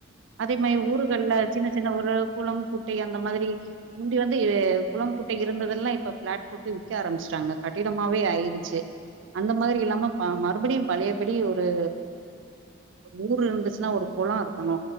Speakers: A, on the right; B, on the left.
A: அதே
B: ஆமா
A: மாதிரி
B: நீங்க
A: ஊருகள்ல
B: சொல்ற யோசனை
A: சின்ன சின்ன ஒரு குளம் குட்டை அந்த மாதிரி முந்தி வந்து குளம் குட்டை இருந்ததெல்லா இப்ப பிளாட் போட்டு விற்க ஆரம்பச்சுட்டாங்க கடினமாவே ஆயிடுச்சு அந்த மாதிரி இல்லாம பா மறுபடியும் பழையபடி ஒரு ஒரு ஊர் இருந்துச்சுன்னா ஒரு குளம் இருக்கணு